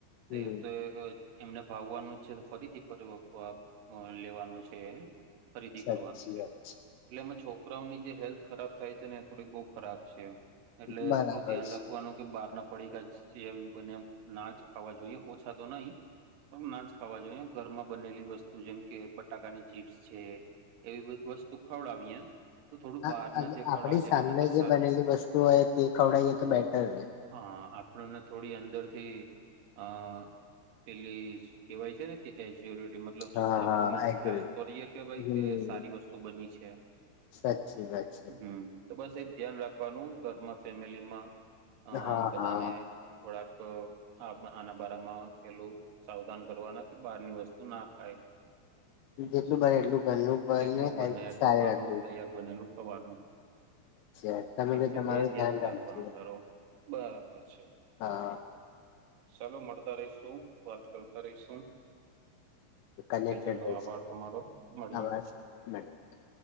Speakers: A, on the right (about 60°); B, on the left (about 85°).
A: તો
B: હમ
A: એ તો એમને ભાવનાનું જ છે ફરીથી ફ અ લેવાનુ છે. ખરીદી
B: સાચી
A: કરવાનું છે.
B: વાત
A: એટલે એમાં છોકરાઓની જે હેલ્થ ખરાબ થાય છે ને એ થોડી બઉુ ખરાબ છે એટલે
B: બરાબર
A: થોડું ધ્યાન રાખ વાનું કે બહાર ના પડીમ બને ના જ ખાવા જોઈએ ઓછા તો નહી ના જ ખાવા જોઈએ ઘરમાં બનેલી વસ્તુ જેમ કે બટાકાની ચીપ્સ છે. એવી બધી વસ્તુ ખવડાવીએ તો થોડું
B: હ
A: બહારના જે ખવડાવે
B: આપડી
A: છે
B: સામને
A: એના કરતા
B: જે
A: સારું
B: બનેલી વસ્તુ હોય તે ખવડાવએ તો બેટર રે.
A: હા આપણને થોડી અંદરથી અ એેલી કેહેવાય છે ને કે એટીમાં મતલબ
B: હા
A: આપણને
B: હા એક્યુરેટ.
A: ખ્યાલ તો રહીએે કે ભાઈ
B: હમ
A: કે સારી વસ્તુ બની છે.
B: સાચી વાત છે
A: હમ તો બસ એ ધ્યાન રાખવાનું ઘરમાં ફેમિલીમાં અ
B: હા
A: બધાને
B: હા
A: થોડાક આ આના બારામાં પેલું સાવધાન કરવાના. બહાર ની વસ્તુ ના ખાય.
B: જેટલું બને એટલું ઘરનું બને
A: જેટલું
B: હેલ્થ
A: એટલું
B: સારી
A: ઘરનું
B: રહેશે
A: તૈયાર બનેલું ખવાનું
B: વાત તમે
A: ઠીક
B: બી
A: છે
B: તમારું
A: એ ધ્યાન
B: રાખજો
A: રાખવાનું તારો બરાબર છે.
B: હા
A: ચાલો મળતા રહીશું વાત કરતા રહીશું. ઠીક
B: કનેક્ટેડ
A: છે ચાલો
B: રહીશું
A: આભાર તમારો મળીએ
B: આભાર
A: પછી.
B: <inaudible>